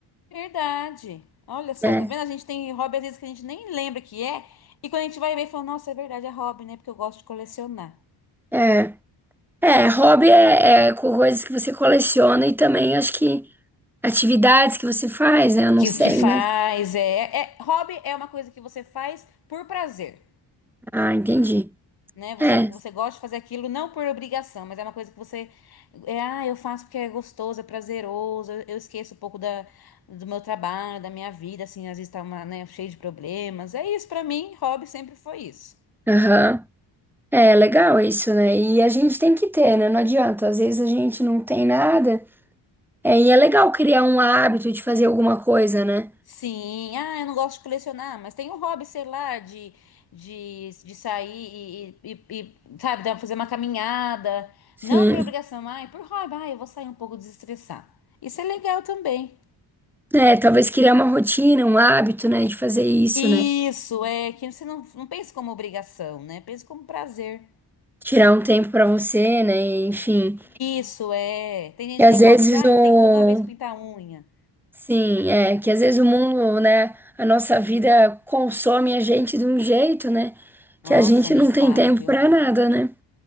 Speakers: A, on the left; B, in the centre.
A: Verdade. Olha só,
B: É,
A: tá vendo? A gente tem hobby às vezes que a gente nem lembra que é. E quando a gente vai ver, fala, nossa, é verdade, é hobby, né? Porque eu gosto de colecionar.
B: é. É, hobby é, é coisas que você coleciona e também acho que atividades que você faz, né? Eu não
A: Que
B: sei,
A: o que faz
B: né?
A: é, é. Hobby é uma coisa que você faz por prazer.
B: Ah, entendi.
A: né? Você,
B: É,
A: você gosta de fazer aquilo não por obrigação, mas é uma coisa que você, é, ah, eu faço porque é gostoso, é prazeroso, eu, eu esqueço um pouco da, do meu trabalho, da minha vida, assim, às vezes tá uma, né, cheio de problemas. É isso, pra mim, hobby sempre foi isso.
B: aham. É legal isso, né? E a gente tem que ter, né? Não adianta. Às vezes a gente não tem nada. É, e é legal criar um hábito de fazer alguma coisa, né?
A: Sim, ah, eu não gosto de colecionar, mas tem um hobby, sei lá, de, de, de sair e, e, e, sabe, dar- fazer uma caminhada,
B: Sim.
A: não por obrigação, ai, por hobby, ah, eu vou sair um pouco desestressar. Isso é legal também.
B: É, talvez criar uma rotina, um hábito, né? De fazer isso,
A: Isso
B: né?
A: é que você não, não pensa como obrigação, né? Pensa como prazer.
B: Tirar um tempo pra você, né? Enfim.
A: Isso é. Tem gente
B: E
A: que
B: às
A: tem
B: vezes
A: hobby de, ah,
B: o
A: eu tenho que toda vez pintar a unha.
B: Sim, é que às vezes o mundo, né, a nossa vida consome a gente de um jeito, né,
A: Nossa,
B: que a gente
A: nem
B: não
A: fale,
B: tem tempo
A: viu?
B: para nada, né?